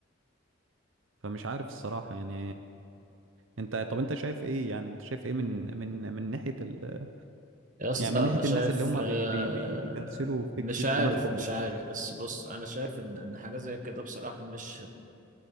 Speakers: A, on the right (about 80°); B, on the right (about 40°).
A: فمش عارف الصراحه يعني انت طب انت شايف ايه يعني انت شايف ايه من من من ناحيه ال...
B: يا اسطى
A: يعني من
B: أنا
A: ناحيه
B: شايف
A: الناس اللي هم
B: آه،
A: بي بي بي بيكنسلوا فكره
B: مش عارف
A: دماغهم
B: مش
A: ده
B: عارف
A: خالص؟
B: بس بص أنا شايف إن إن حاجة زي كده بصراحة مش هت